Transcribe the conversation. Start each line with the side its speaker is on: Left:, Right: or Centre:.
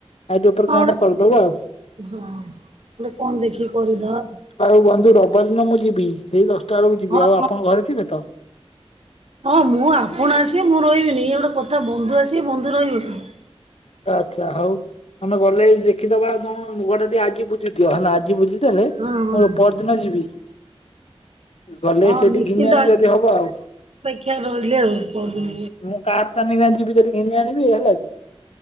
Left: ଆଉ ଟିକେ ଉପରେ
Right: ହଁ
Left: କଣ ଗୋଟା
Right: ଗୋଟେ
Left: କରିଦବ
Right: ସବୁ
Left: ଆଉ।
Right: ହଁ ଟେ କଣ ଦେଖିକି କରିଦବା।
Left: ଆଉ ବନ୍ଧୁ ରବିବାର ଦିନ ମୁଁ ଯିବି, ସେଇ ଦଶଟା ବେଳକୁ ଯିବି
Right: ହଁ
Left: ଆଉ
Right: ହଁ
Left: ଆପଣ ଘରେ ଥିବେ ତ?
Right: ହଁ ମୁଁ ଆପଣ ଆସିବେ, ମୁଁ ରହିବିନି ଇଏ ଗୋଟେ କଥା ବନ୍ଧୁ ଆସିବେ ବନ୍ଧୁ ରହିବନି।
Left: ଆଚ୍ଛା ହଉ ତମେ ଗଲେଇ ଦେଖିଦବା ଆଉ କଣ ମୁଁ ଗଟେ ଟିଏ ଆଜି ବୁଝି ଦିଅ ହେଲା ଆଜି ବୁଝି ଦେଲେ
Right: ହଁ ହଁ
Left: ମୁଁ ପଅଦିନ ଯିବି। ହୁଁ ଗଲେ
Right: ହଁ
Left: ସେଠି
Right: ନିଶ୍ଚିନ୍ତ
Left: ଘିନିଆଣିବି ଯଦି ହବ ଆଉ,
Right: ଅପେକ୍ଷା ରହିଲେ ଆଉ ପରଦିନ
Left: ଆଉ ମୁଁ କାର ତାନି ଗାଁ ଜିବି ଯଦି ଘିନି ଆଣିବି ହେଲା କି?